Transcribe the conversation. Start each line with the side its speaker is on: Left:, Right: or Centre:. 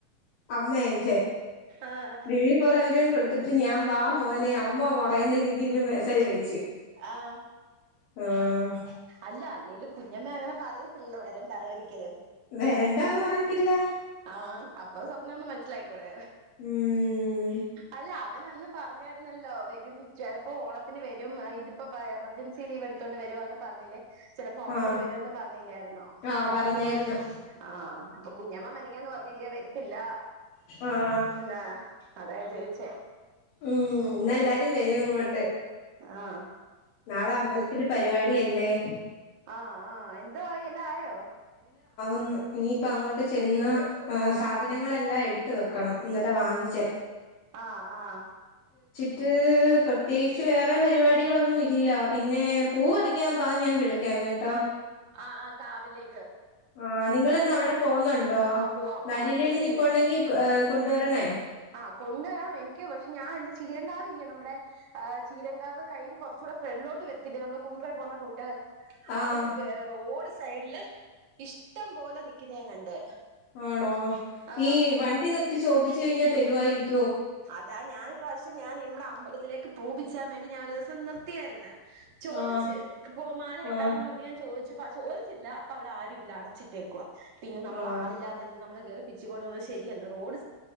Left: അമ്മയയച്ച
Right: ആഹ്
Left: ഡിലീറ്റ് ഫോർ എവരി എടുത്തിട്ട് ഞാൻ വാ മോനെ അമ്മ പറയുന്ന രീതിയില് മെസ്സേജ് അയച്ച്
Right: ആഹ്
Left: ആഹ്
Right: അല്ല അല്ലേലും കുഞ്ഞമ്മേ അങ്ങനെ പറയത്തില്ല വരണ്ട <unintelligible> ഒരിക്കലും
Left: വരണ്ടാന്ന് പറയത്തില്ല
Right: ആഹ്അപ്പൊ സ്വപ്നന്ന് മനസ്സിലായി ക്കൂടെ
Left: ഉം
Right: അല്ല അവനന്ന് പറഞ്ഞരുന്നല്ലോ വരും ചിലപ്പോൾ ഓണത്തിന് വരും ഇതിപ്പോൾ എമർജൻസി ലീവ് എടുത്തുകൊണ്ട് വരുവന്ന് പറഞ്ഞില്ലേ ചിലപ്പോ ഓണത്തിന്
Left: ആഹ്
Right: വരുമന്ന് പറഞ്ഞില്ലായിന്നോ
Left: ആഹ് പറഞ്ഞായിരുന്നു
Right: ആഹ അപ്പൊ കുഞ്ഞമ്മ അന്ന് പറഞ്ഞില്ല വരത്തില്ല
Left: ആഹ്
Right: എന്നന്താ അതായ ചോദിച്ചേ
Left: ഉം എല്ലാരും വരും ഇങ്ങോട്ട്
Right: ആഹ
Left: നാളെ അമ്പലത്തി പരിപാടി അല്ലേ
Right: ആഹ് ആ് എന്താ ഇല്ല ആോ
Left: ന്നു ഇനിയിപ്പ അങ്ങോട്ട് ചെന്ന് സാധനങ്ങളെല്ലാം എടുത്ത വെക്കണം ഇന്നല്ല വാങ്ങിച്ചേ
Right: ആഹ ആഹ
Left: മ പ്രത്യേകിച്ച് വേറെ പരിപാടികളൊന്നും ഇല്ല പിന്നെ പൂ പററിക്കാൻമ്പാ ഞാൻ വിളക്കാംങ്ങ കേട്ടാ
Right: ആ് ആ് കാവിലേ
Left: ആ നിങ്ങ ഇന്ന് അവിടെ പോുന്നുണ്ടോ
Right: ആ പോവാ അമ്മ
Left: നല്ലില്ലയിൽന്ന്
Right: വന്നിട്ട്
Left: ഇപ്പ ഉണ്ടെങ്കി ഏ കൊണ്ടുവരണേ
Right: ആഹ കൊണ്ടുവരാം എനിക്ക് പക്ഷെ ഞാാനല്ല ചീരംകാവില്ലേ നമ്മുടെ ചീരങ്കകാവ് കഴിഞ്ഞ് കുറച്ചുകൂടെ ഫ്രെഡിലോട്ട് വരത്തില്ലേ നമ്മള് കുണ്ടറോ പോകുന്ന റോട്ട്
Left: ആഹ്
Right: അവിടെ വേറെ ഓട് സൈഡില് ഇഷ്ടം പോലെ നിക്കുന്ന കണ്ട്
Left: ആണോ
Right: ആ
Left: ഈ വണ്ടി നി ചോദിച്ച കഴിഞ്ഞാൽ തരുവായിരിക്കും
Right: അതാ ഞാൻ പ്രാവശ്യം ഞൻ ഇവിടെ അമ്പലത്തിലേക്ക് പൂപിച്ചാൻ വേണ്ടി ഞാന ഒരുിവസം നിർത്തിയായിരേ ചോദിച്ചു
Left: ആഹ്
Right: ഇപ്പോ മാല ഇട്ടാെന്നും
Left: ആഹ്
Right: പറഞ്ഞ് ഞാൻ ചോദിച്ചു ച ചോദിച്ചില്ല അപ്പൊ അവിടെ ആരുും ഇല്ല അടച്ചിട്ടേക്കുവ പിന്നെ നമ്മൾ
Left: ആഹ്
Right: ആളില്ലാത്തടത്ത് നമ്മള് കയറി പിച്ചച്ചുടന്നന്ന് ശരിയല്ല റോഡ